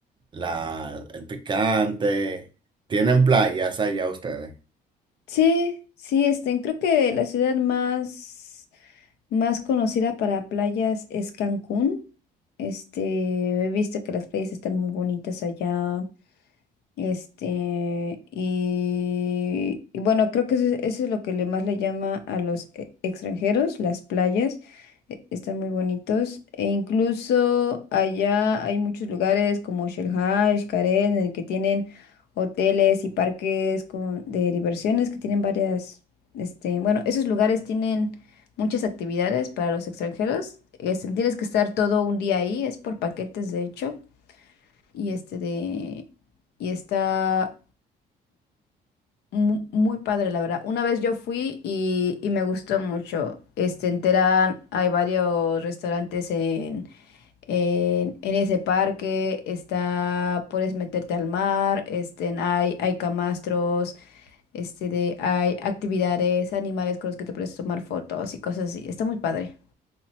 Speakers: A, on the right (about 30°); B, on the left (about 75°).
A: la, el picante. ¿Tienen playas allá ustedes?
B: Sí, sí, este, creo que la ciudad más, más conocida para playas es Cancún. Este, he visto que las playas están muy bonitas allá. Este, y, y bueno, creo que eso, es eso es lo que le más le llama a los e- extranjeros, las playas. e- Están muy bonitos. E incluso allá hay muchos lugares como Shell Haj, Karen, en el que tienen hoteles y parques con, de diversiones que tienen varias, este, bueno, esos lugares tienen muchas actividades para los extranjeros. Este, tienes que estar todo un día ahí, es por paquetes de hecho y este de... Y está mu- muy padre, la verdad. Una vez yo fui y, y me gustó mucho. Este, en Terán hay varios restaurantes en, en, en ese parque. Está, puedes meterte al mar. Este, hay, hay camastros. Este, de, hay actividades, animales con los que te puedes tomar fotos y cosas así. Está muy padre.